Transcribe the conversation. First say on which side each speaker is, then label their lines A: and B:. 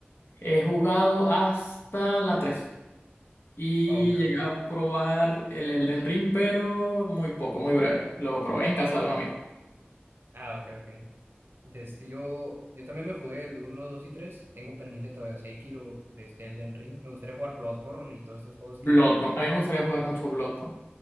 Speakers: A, on the left (about 65°); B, on the right (about 65°).
A: He jugado hasta la 3 y
B: Oh, ok, ok.
A: llegué a probar el Elden Ring, pero muy poco, muy breve. Lo probé en casa de un amigo.
B: Ah, ok, ok. Desde yo, yo también me jugué el uno, 2 y 3. Tengo pendiente todavía Sekiro, desde Elden Ring. Me gustaría jugar Bloodborne y todos estos juegos que
A: Bloodborne. A mí me gustaría jugar mucho Bloodborne.